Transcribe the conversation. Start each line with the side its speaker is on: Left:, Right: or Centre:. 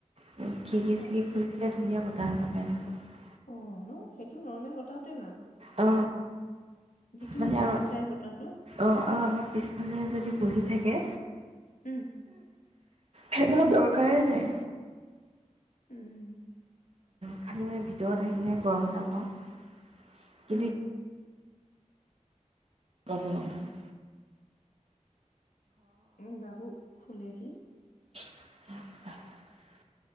Right: খিৰিকি- চিৰিকি
Left: অ
Right: খুলি দিলে ধুনীয়া বতাহ, তাৰ পকে <unintelligible>
Left: অ ন, সেইটো নৰ্মেল বতাহটোৱে ভাল।
Right: অ,
Left: যিটো
Right: মানে আৰু
Left: নেচাৰেল বতাহটো
Right: অ- অ আমাৰ পিছফালে যদি বহি থাকে
Left: উম,
Right: ফেনৰ দৰকাৰে নাই।
Left: উম,
Right: খালী মানে ভিতৰত আহিলেহে গৰম এটা পাওঁ। কিন্তু
Left: উম,
Right: গৰম <unintelligible>
Left: উম, বাবু শুলেহি।
Right: <inaudible>